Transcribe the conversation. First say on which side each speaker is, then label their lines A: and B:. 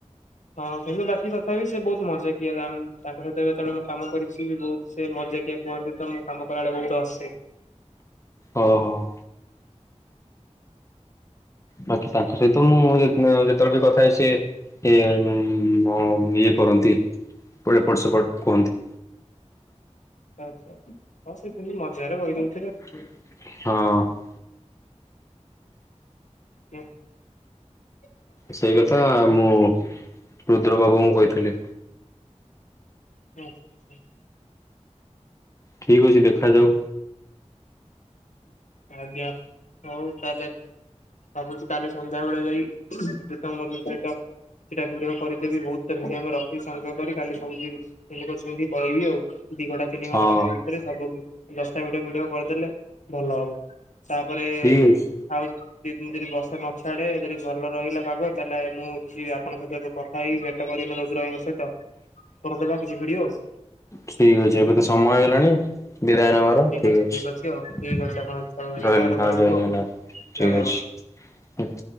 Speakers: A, on the left; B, on the left.
A: ହଁ କିନ୍ତୁ ବାକି ତଥାପି ସେ ବହୁତ ମଜାକିଆ ତାଙ୍କ ସହିତ ଯେତେବେଳେ ମୁଁ କାମ କରିଛି ବି ବହୁତ ସେ ମଜାକିଆ। କୁହନ୍ତି ତ ମୁଁ କାମ କଲାବେଳେ ବହୁତ ହସେ।
B: ଓ ହଁ। ବାକି ତାଙ୍କ
A: ଆଚ୍ଛା
B: ସହିତ ମୁଁ ଯେତେବେଳେ ବି କଥା ହେଇଛି ସେ-ଇଏ-ହ-ଇଏ କରନ୍ତି। ପୋଡ଼ି ଏପଟ ସେପଟ କୁହନ୍ତି।
A: ଆଛା ହଁ ସେ ସେମିତି ମଜାରେ କହିଦଉ
B: ହଁ।
A: କ <unintelligible>
B: ସେଇ କଥା ମୁଁ ରୁଦ୍ରବାବୁଙ୍କୁ କହିଥିଲି।
A: <unintelligible>
B: ଠିକ୍ ଅଛି ଦେଖାଯାଉ।
A: ଆଜ୍ଞା ହଉ ତାହଲେ। ଭାବୁଛି କାଲି ସନ୍ଧ୍ୟାବେଳେ ଯାଇ ତମ ସଇଟ। ସେଇଟା ଭିଡିଓ କରିଦେବି ବହୁତ ତ ଭିଡିଓ ଆମେ ରଖିଛୁ ସଂଗ୍ରହ କରି କାଲି ସବୁ ଯିବି ରେନକୋଟ ପିନ୍ଧି ପଳେଇି ଆଉ। ଦି ଘଣ୍ଟା ତିନି ଘଣ୍ଟା
B: ହଁ
A: ତାଙ୍କ ଭିତରେ ସବୁ ଦଶଟା ଗୋଟେ ଭିଡିଓ କରିଦେଲେ। ଭଲ ହବ। ତାପରେ
B: ଠିକ ଅଛି।
A: ଆଉ ଦିଇ ଦିନ ଯଦି ବସା ନ ଛାଡେ ଯଦି ଭଲ ରହିଲା ପାଗ ତାହେଲେ ମୁଁ ଯିବି ଆପଣଙ୍କ ସହିତ ଏବେ କ ଖାଇକ ଭେଟ କରିବି ମାନେ ରୁଦ୍ରଭାଇଙ୍କ ସହିତ କରିଦବା କିଛି ଭିଡିଓ ଆଉ।
B: ଠିକ ଅଛି ଏବେ ତ ସମୟ ହେଲାଣି ବିଦାୟ ନେବାର ଠିକ
A: ଅଛି
B: ଅଛି।
A: ଆଉ ଠିକ ଅଛି ଆପଣ
B: ରହିଲି
A: ଚୟନ
B: ହଉ
A: କରନ୍ତୁ
B: ଜୟ
A: ଆଉ
B: ଜଗନ୍ନାଥ,
A: ଜୟ
B: ଠିକ
A: ଜଗନ୍ନାଥ।
B: ଅଛି।